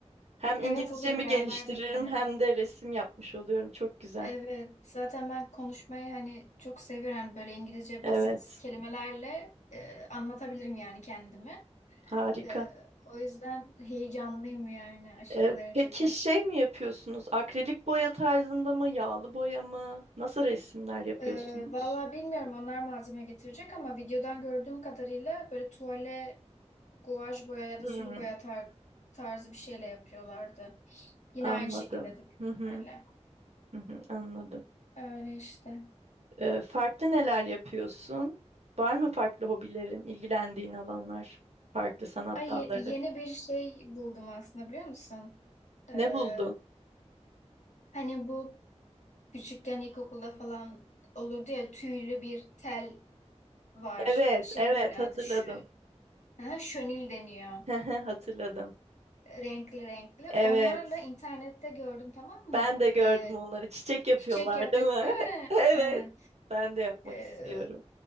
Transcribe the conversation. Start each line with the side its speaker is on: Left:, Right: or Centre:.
Right: Hem İngilizcemi
Left: Evet olur beraber
Right: geliştiririm
Left: de gidelim.
Right: hem de resim yapmış oluyorum. Çok güzel.
Left: Evet, zaten ben konuşmayı hani çok seviyorum. Hani Böyle İngilizce
Right: Evet,
Left: basit kelimelerle e, anlatabilirim yani kendimi.
Right: harika.
Left: Ee, o yüzden heyecanlıyım yani aşırı
Right: Ee,
Left: derecede.
Right: peki şey mi yapıyorsunuz? Akrilik boya tarzında mı, yağlı boya mı? Nasıl resimler yapıyorsunuz?
Left: Ee, valla bilmiyorum onlar malzeme getirecek ama videodan gördüğüm kadarıyla böyle tuvale guaj boya ya
Right: Hmm,
Left: da sulu boya tar- tarzı bir şeyle yapıyorlardı. Yine
Right: anladım.
Left: aynı şekildedir büyük
Right: Hı hı,
Left: ihtimalle.
Right: hı hı, anladım.
Left: Öyle işte.
Right: Ee, farklı neler yapıyorsun? Var mı farklı hobilerin, ilgilendiğin alanlar, farklı sanat
Left: Ay
Right: dalları?
Left: ye- yeni bir şey buldum aslında biliyor musun? Ee,
Right: Ne buldun?
Left: hani bu küçükken ilkokulda falan olurdu ya tüylü bir tel var.
Right: Evet,
Left: Şey
Right: evet
Left: böyle
Right: hatırladım.
Left: adı şu. Ha, şönil deniyor.
Right: <laughs> Hı hı, Hatırladım.
Left: renkli renkli.
Right: Evet.
Left: Onlarla internette gördüm tamam mı?
Right: Ben de gördüm
Left: Ee,
Right: onları. Çiçek yapıyorlar,
Left: çiçek yapıyor
Right: değil mi?
Left: değil mi?
Right: <laughs> Evet.
Left: Aynen.
Right: Ben de yapmak
Left: Ee,
Right: istiyorum.